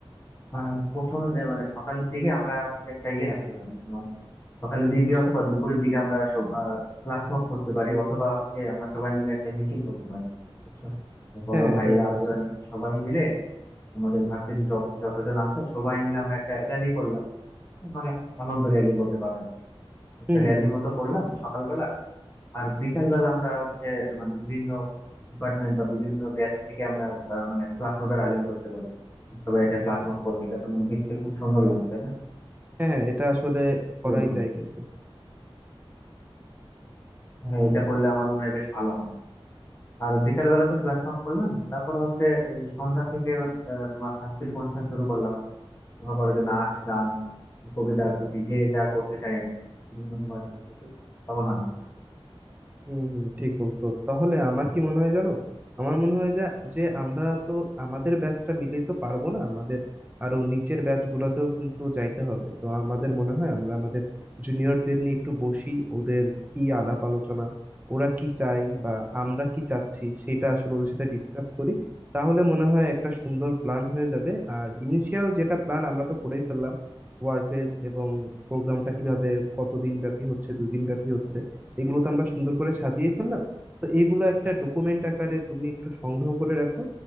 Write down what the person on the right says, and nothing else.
হ্যাঁ হ্যাঁ
এটা করা
যায়
হুম
হুম হুম।
হ্যাঁ হ্যাঁ এটা আসলে করাই
যায় কিন্তু
হম হম ঠিক বলছো তাহলে আমার কি মনে হয় জানো আমার মনে হয় যে যে আমরা তো আমাদের ব্যাচটা মিলেই তো পারবো না আমাদের আরো নিচের ব্যাচ গুলোতেও কিন্তু যাইতে হবে তো আমাদের মনে হয় আমরা আমাদের জুনিয়রদের নিয়ে একটু বসি ওদের কি আলাপ আলোচনা ওরা কি চায় বা আমরা কি চাচ্ছি সেটা আসলে ওদের সাথে ডিসকাস করি তাহলে মনে হয় একটা সুন্দর প্ল্যান হয়ে যাবে আর ইনিশিয়াল যেটা প্ল্যান আমরা তো করেই ফেললাম ওয়ারফেজ এবং প্রোগ্রামটা কিভাবে কতদিন ব্যাপী হচ্ছে দুই দিন ব্যাপী হচ্ছে এগুলো তো আমরা সুন্দর করে সাজিয়ে ফেললাম তো এইগুলো একটা ডকুমেন্ট আকারে তুমি একটু সংগ্রহ করে রাখো